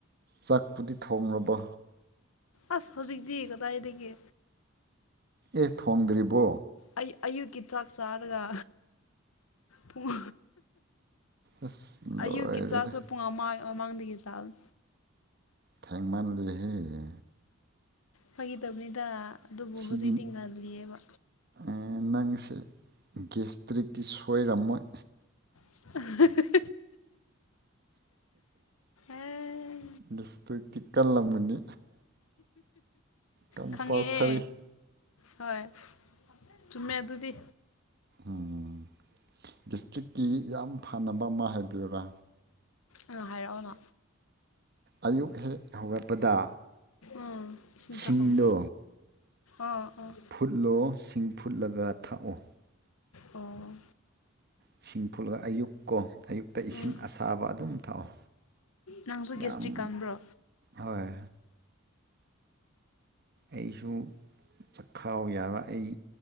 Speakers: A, on the right; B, on the left.
A: ꯆꯥꯛꯄꯨꯗꯤ ꯊꯣꯡꯉꯕ
B: ꯑꯁ ꯍꯧꯖꯤꯛꯇꯤ ꯀꯗꯥꯏꯗꯒꯤ
A: ꯑꯦ ꯊꯣꯡꯗ꯭ꯔꯤꯕꯣ
B: ꯑꯩ ꯑꯌꯨꯛꯀꯤ ꯆꯥꯛ ꯆꯥꯔꯒ ꯄꯨꯡ
A: ꯑꯁ ꯂꯣꯏꯔꯦꯗ
B: ꯑꯌꯨꯛꯀꯤ ꯆꯥꯛꯁꯨ ꯄꯨꯡ ꯑꯃ ꯃꯃꯥꯡꯗꯒꯤ ꯆꯥꯕꯅꯤ
A: ꯊꯦꯡꯃꯟꯂꯦꯍꯦ
B: ꯐꯥꯒꯤ ꯇꯧꯕꯅꯤꯗ ꯑꯗꯨꯕꯨ
A: ꯁꯤꯗꯤ
B: ꯍꯧꯖꯤꯛꯗꯤ ꯉꯜꯂꯤꯌꯦꯕ
A: ꯑꯦ ꯅꯪꯁꯦ ꯒꯦꯁꯇ꯭ꯔꯤꯛꯇꯤ ꯁꯣꯏꯔꯝꯃꯣꯏ
B: <inaudible> ꯑꯦ
A: ꯒꯦꯁꯇ꯭ꯔꯤꯛꯇꯤ ꯀꯜꯔꯝꯒꯅꯤ ꯀꯝꯄꯜꯁꯔꯤ
B: ꯈꯪꯉꯦꯌꯦ ꯍꯣꯏ ꯆꯨꯝꯃꯦ ꯑꯗꯨꯗꯤ
A: ꯎꯝ ꯒꯦꯁꯇ꯭ꯔꯤꯛꯀꯤ ꯌꯥꯝ ꯐꯥꯅꯕ ꯑꯃ ꯍꯥꯏꯕꯤꯌꯨꯔꯥ
B: ꯑꯗꯨ ꯍꯥꯏꯔꯛꯑꯣꯅꯣ
A: ꯑꯌꯨꯛ ꯍꯦꯛ ꯍꯧꯒꯠꯄꯗ
B: ꯑꯥ ꯏꯁꯤꯡ
A: ꯁꯤꯡꯗꯣ
B: ꯊꯥꯛꯑꯣ ꯑꯣ ꯑꯣ
A: ꯐꯨꯠꯂꯣ ꯁꯤꯡ ꯐꯨꯠꯂꯒ ꯊꯥꯛꯑꯣ
B: ꯑꯣ
A: ꯏꯁꯤꯡ ꯐꯨꯠꯂ ꯑꯌꯨꯛ ꯀꯣ ꯑꯌꯨꯛꯇ ꯏꯁꯤꯡ
B: ꯎꯝ
A: ꯑꯁꯥꯕ ꯑꯗꯨꯝ ꯊꯛꯑꯣ
B: ꯅꯪꯁꯨ
A: ꯌꯥꯝ
B: ꯒꯦꯁꯇ꯭ꯔꯤꯛ ꯀꯟꯕ꯭ꯔꯣ
A: ꯍꯣꯏ ꯑꯩꯁꯨ ꯆꯥꯛꯈꯥꯎ ꯌꯥꯕ ꯑꯩ